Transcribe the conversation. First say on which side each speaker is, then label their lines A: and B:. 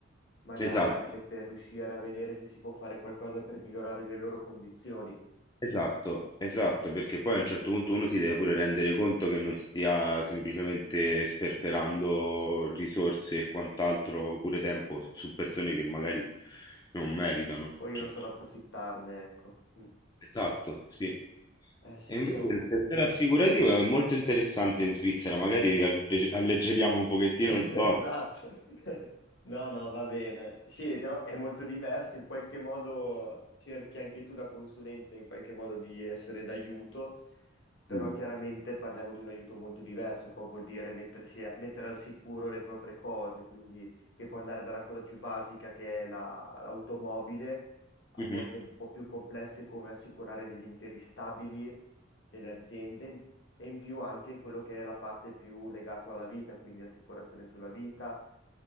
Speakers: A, on the left; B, on the left.
A: magari
B: esatto,
A: anche per riuscire a vedere se si può fare qualcosa per migliorare le loro condizioni.
B: esatto, esatto, perché poi a un certo punto uno si deve pure rendere conto che non stia semplicemente sperperando risorse e quant'altro, pure tempo su persone che magari non meritano.
A: Vogliono
B: Cioè,
A: solo approfittarne, ecco. Mm.
B: Esatto, sì.
A: Eh sì,
B: E
A: diciamo.
B: invece il settore assicurativo è molto interessante in Svizzera, magari allegge- alleggeriamo un pochettino
A: <laughs> Esatto.
B: il tono.
A: <laughs> No, no, va bene. Sì, diciamo, è molto diverso, in qualche modo cerchi anche tu da consulente in qualche modo di essere d'aiuto, però
B: Mm,
A: chiaramente parliamo di un aiuto molto diverso, qua vuol dire mettersi a- mettere al sicuro le proprie cose, quindi che può andare dalla cosa più basica che è la- l'automobile a
B: mhm,
A: cose un po' più complesse come assicurare degli interi stabili delle aziende e in più anche quello che è la parte più legata alla vita, quindi assicurazione sulla vita,